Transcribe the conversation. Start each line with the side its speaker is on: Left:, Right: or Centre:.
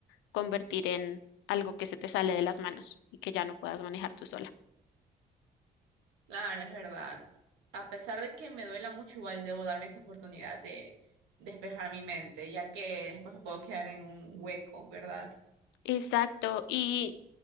Left: convertir en algo que se te sale de las manos y que ya no puedas manejar tú sola.
Right: Claro, es verdad. A pesar de que me duela mucho, igual debo darme esa oportunidad de despejar mi mente, ya que después me puedo quedar en un hueco, ¿verdad?
Left: Exacto. Y